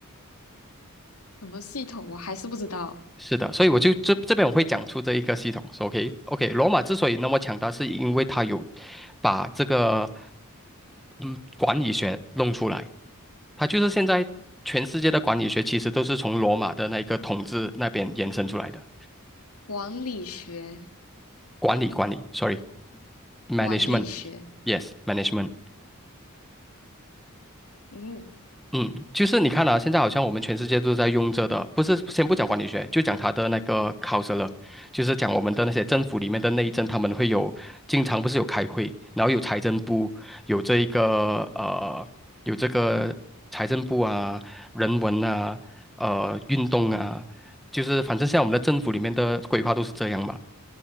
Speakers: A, on the left; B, in the centre.
A: 什么系统我还是不知道。
B: 是的，所以我就这这边我会讲出这一个系统说，OK OK，罗马之所以那么强大，是因为它有把这个嗯管理学弄出来，它就是现在全世界的管理学其实都是从罗马的那个统治那边延伸出来的，
A: 管理学，
B: 管理管理，sorry，management，yes，management。
A: 管理学，嗯，
B: 嗯，就是你看啊，现在好像我们全世界都在用着的，不是先不讲管理学，就讲它的那个考试了，就是讲我们的那些政府里面的内政，他们会有经常不是有开会，然后有财政部，有这一个呃，有这个财政部啊，人文啊，呃，运动啊，就是反正像我们的政府里面的规划都是这样嘛，